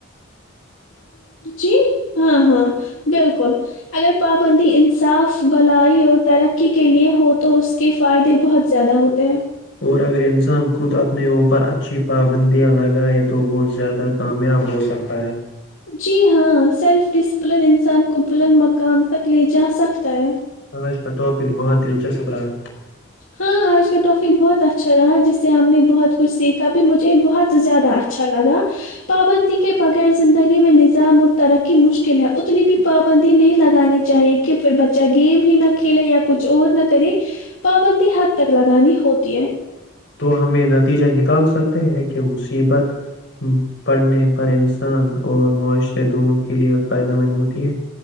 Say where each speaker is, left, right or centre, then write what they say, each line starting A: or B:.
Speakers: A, on the left (about 75°); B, on the left (about 55°).
A: جی ہاں ہاں بالکل اگر پابندی انصاف بلائی اور ترقی کے لیئے ہو تو اس کے فائدے بہت زیادہ ہوتے ہیں
B: اور اگر انسان خود اپنے اوپر اچھی پابندیاں لگائے تو وہ زیادہ کامیاب ہوسکتا ہے
A: جی ہاں سیلف ڈسپلن انسان کو بلند مقام تک لے جا سکتا ہے
B: اس کاٹاپک بہت دلچسپ رہا <unintelligible>
A: ہاں آج کا ٹاپک بہت اچھا رہا جس سے ہم نے بہت کچھ سیکھا بھی مجھے بہت زیادہ اچھا لگا پابندی کے بغیر زندگی میں نظام اور ترقی مشکل ہے اتنی بھی پابندی نہیں لگانی چاہیے کہ پھر بچہ گیم ہی نہ کھیلے یا کچھ اور نہ کرے پابندی حد تک لگانی ہوتی ہے
B: تو ہم یہ نتیجہ نکال سکتے ہیں کہ مصیبت پڑھنے پر انسان اور معاشرے دونوں کے لئے فائدہ مند ہوتی ہے